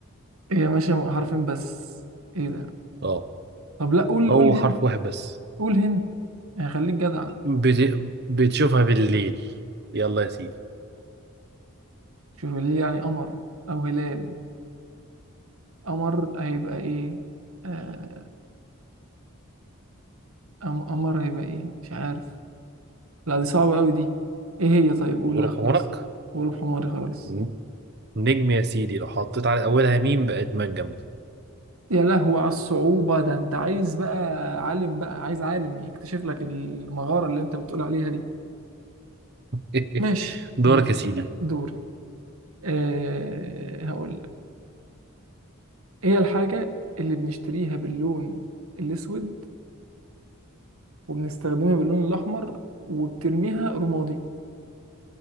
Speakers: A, on the right; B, on the right.
A: هي ماشية حرفين بس ايه ده
B: اه
A: طب لا قول
B: هو
A: قول هند
B: حرف واحد بس
A: قول هند يعني خليك جدع
B: بت... بتشوفها بالليل يلا يا سيدي
A: شوف ليه يعني قمر او هلال قمر هيبقى ايه آه، قم- قمر هيبقى ايه مش عارف لا دي صعبة قوي دي ايه هي طيب قول
B: غروب
A: لا خلاص
B: حمرك
A: غلب حماري خلاص
B: مم. نجم يا سيدي لو حطيت على أولها ميم بقت منجم
A: يا لهو على الصعوبة ده انت عايز بقى عالم بقى عايز عالم يكتشف لك المغارة اللي انت بتقول عليها دي
B: <laughs>
A: ماشي
B: دورك
A: ماشي
B: يا سيدي
A: دوري أه هقول لك ايه الحاجة اللي بنشتريها باللون الاسود وبنستخدمها باللون الاحمر وبترميها رمادي